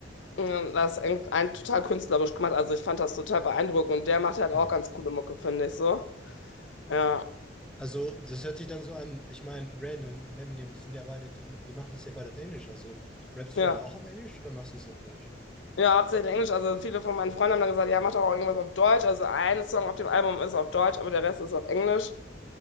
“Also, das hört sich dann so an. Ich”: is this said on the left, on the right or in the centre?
Centre